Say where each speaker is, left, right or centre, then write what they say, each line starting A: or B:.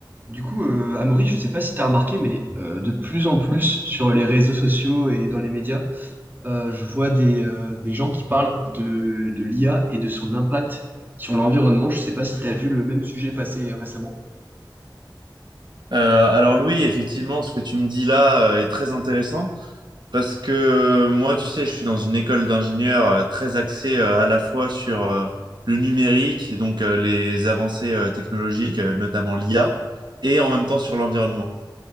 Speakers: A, on the right; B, on the right.
A: Du coup, euh, Amaury, je ne sais pas si tu as remarqué, mais euh, de plus en plus sur les réseaux sociaux et dans les médias, euh, je vois des, euh, des gens qui parlent de, de l'IA et de son impact sur l'environnement. Je ne sais pas si tu as vu le même sujet passer récemment.
B: Euh, alors Louis, effectivement, ce que tu me dis là euh, est très intéressant parce que euh, moi, tu sais, je suis dans une école d'ingénieurs euh, très axée euh, à la fois sur euh, le numérique et donc euh, les avancées euh, technologiques, euh, notamment l'IA, et en même temps sur l'environnement.